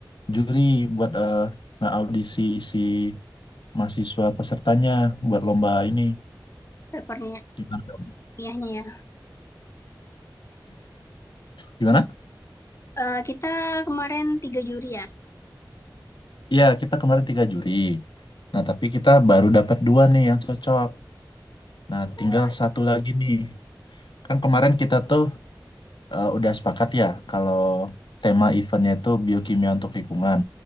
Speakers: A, on the left; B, on the left.
A: juri buat eh, audisi si mahasiswa pesertanya buat lomba ini.
B: perniahannya
A: Gimana?
B: ya.
A: Gimana?
B: Eh, kita kemarin tiga juri ya.
A: Iya kita kemarin tiga juri. Nah tapi kita baru dapat dua nih yang cocok. Nah
B: Gua,
A: tinggal satu lagi nih. Kan kemarin kita tuh eh, udah sepakat ya kalau tema eventnya itu biokimia untuk lingkungan.